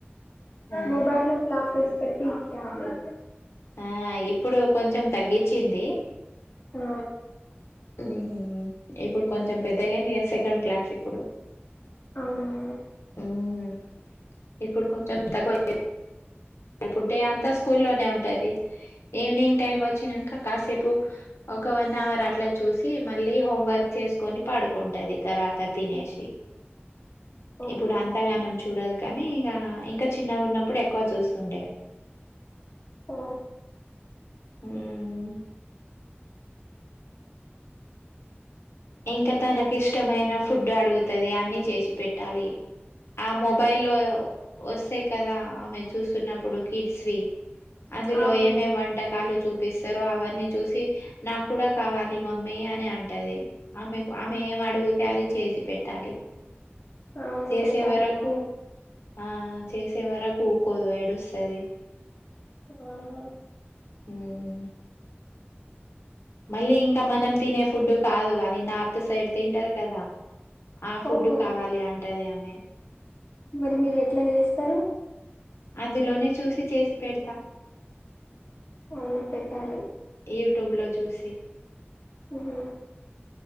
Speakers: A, on the left; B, on the left.
A: ఆ
B: మొబైల్ లో క్లాసెస్ పె ఫ్యామిలీ
A: ఆ ఇప్పుడు కొంచెం తగ్గించింది
B: ఆ
A: ఉమ్ ఇప్పుడు కొంచెం పెద్దగాడి ఇ సెకండ్ క్లాస్ ఇప్పుడు
B: అవునా
A: ఉహుం ఇప్పుడు కొంచెం <unintelligible> ప్పు డే అంతా స్కూల్లోనే ఉంటాది ఈవినింగ్ టైం వచ్చినాంక కాసేపు ఇప్పు ఒక వన్ అవర్ అట్లా చూసి మళ్ళీ హోం వర్క్ చేసుకొని పడుకుంటుది తర్వాత తినేసి
B: అవును
A: ఇప్పుడు అంతగనం చూడదు కానీ ఇం ఇంకా చిన్నగా ఉన్నప్పుడు ఎక్కువ చూస్తుండే
B: ఆ
A: హ్మ్ ఇంకా తనకు ఇష్టమైన ఫుడ్ అడుగుతుది అన్ని చేసి పెట్టాలి ఆ మొబైల్ లో వాస్ అంతే కదా ఆమె చూస్తున్నప్పుడు కిడ్స్వి అందులో
B: అవును
A: ఏమేం వంటకాలు చూ పిస్తార అవన్నీ చూసి నాకు కూడా కావాలి మమ్మీ అని అంటది ఆమె ఆమె ఏం అడిగితే అది చేసి పెట్ తాది
B: అవును
A: చేసే
B: పెట్టాలిగా
A: వరకు ఆ చేసే వరకు ఊకోదు ఏడుస్తది
B: ఆహా
A: హ్మ్ మళ్ళీ ఇంకా మనం తినే ఫుడ్డు కాదు అది నార్త్ సైడ్ తింటారు కదా ఆ ఫుడ్డు
B: ఓహో
A: కావాలి అంటది ఆమె
B: మరి మీరు ఎట్లా చేస్తరు
A: అందులోనే చూసి చేసి పెడతా
B: అవును పెట్టాలి
A: యూట్యూబ్లో చూసి
B: హ్మ్